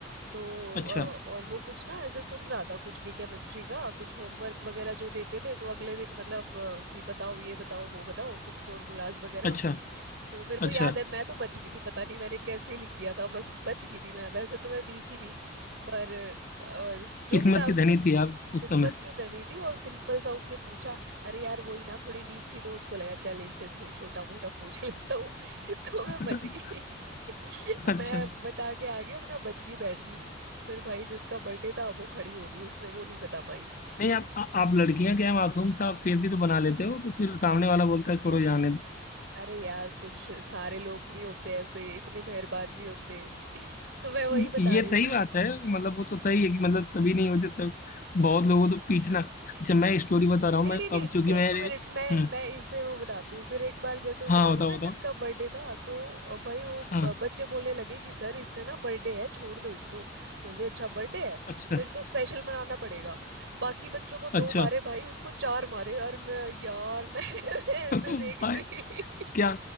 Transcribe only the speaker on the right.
तो
अ, और वो कुछ ना ऐसे सुन रहा था कुछ भी केमिस्ट्री का कुछ होमवर्क वगैरह जो देते थे तो अगले दिन मतलब अ, कि बताओ ये बताओ वो बताओ कुछ फॉर्मूलाज वगैरह
तो मेरे को
याद है मैं तो बच गई थी पता नहीं मैंने कैसे लिख दिया था बस बच गई थी मैं वैसे तो मैं वीक ही थी पर अ, जो
भी था उसने
किस्मत
की धनी थी और सिंपल सा उसने पूछा अरे यार वही ना थोड़ी वीक थी तो उसको लगा चल इससे छोटा मोटा पूछ लेता हूँ <laughs> तो मैं
बच गई <laughs>
मैं बता के आगे अपना बच गई बैठ गई फिर भाई जिसका बर्थडे था वो खड़ी हो गई उसने वो नहीं बता पाई
तो
अरे यार कुछ सारे लोग नहीं होते ऐसे इतने मेहरबान नहीं होते <laughs> तो मैं वही
बता
रही
हूँ ना
नहीं
नहीं नहीं
एक
मिनट मैं
मैं इसे वो बताती हूँ फिर एक बार जैसे वो
बता रहे
हो ना
जिसका बर्थडे था तो अ, भाई वो
ब- बच्चे बोलने लगे कि सर इसका ना बर्थडे है छोड़ दो इसको बोलते अच्छा बर्थडे है
फिर तो स्पेशल मनाना पड़ेगा बाकी बच्चों को दो
मारे भाई उसको चार मारे और मैं यार मैं, <laughs> मैं ऐसे
देख
रही